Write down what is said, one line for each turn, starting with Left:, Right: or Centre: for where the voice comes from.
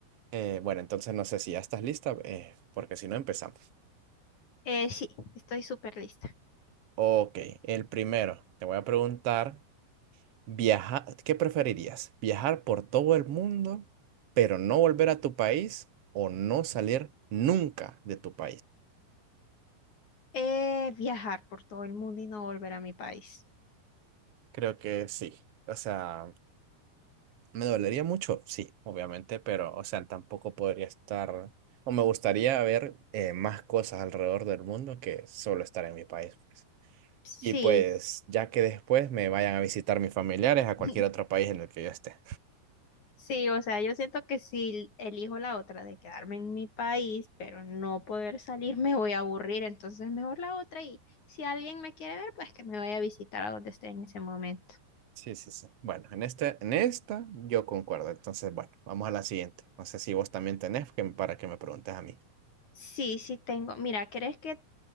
Right: Eh, bueno, entonces no sé si ya estás lista, eh, porque si no empezamos.
Left: Eh, sí, estoy súper lista.
Right: Ok, el primero, te voy a preguntar. Viajar, ¿qué preferirías? ¿Viajar por todo el mundo, pero no volver a tu país o no salir nunca de tu país?
Left: Eh, viajar por todo el mundo y no volver a mi país.
Right: Creo que sí. O sea, me dolería mucho, sí, obviamente, pero, o sea, tampoco podría estar, o me gustaría ver eh, más cosas alrededor del mundo que solo estar en mi país, pues.
Left: Sí,
Right: Y pues, ya que después me vayan a visitar mis familiares a cualquier
Left: <laughs>
Right: otro país en el que yo esté.
Left: sí, o sea, yo siento que si elijo la otra de quedarme en mi país, pero no poder salir, me voy a aburrir. Entonces mejor la otra y si alguien me quiere ver, pues que me vaya a visitar a donde esté en ese momento.
Right: Sí, sí, sí. Bueno, en este, en esta yo concuerdo. Entonces, bueno, vamos a la siguiente. No sé si vos también tenés que, para que me preguntes a mí.
Left: Sí, sí tengo. Mira, ¿querés que